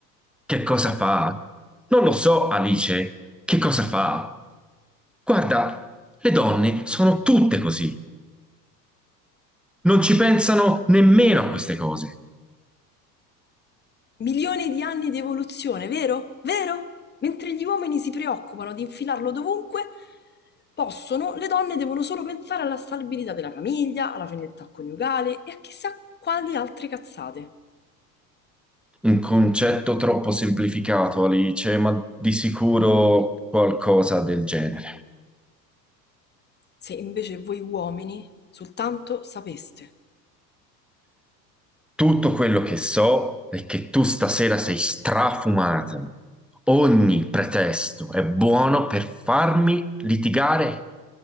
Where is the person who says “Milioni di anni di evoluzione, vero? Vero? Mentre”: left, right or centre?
Left